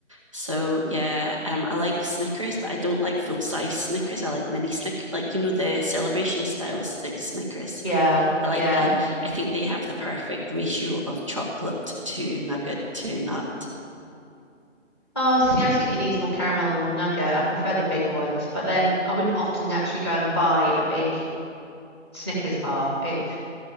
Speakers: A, on the right; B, in the centre.
A: So yeah, um, I like Snickers, but I don't like full size Snickers. I like mini Snickers, like you know the celebration style stick Snickers.
B: Yeah,
A: I like
B: yeah.
A: them. I think they have the perfect ratio of chocolate to nugget to nut. <laughs>
B: Oh, see, I think it needs more caramel and more nugget. I prefer the big ones, but then I wouldn't often actually go and buy a big Snickers bar. It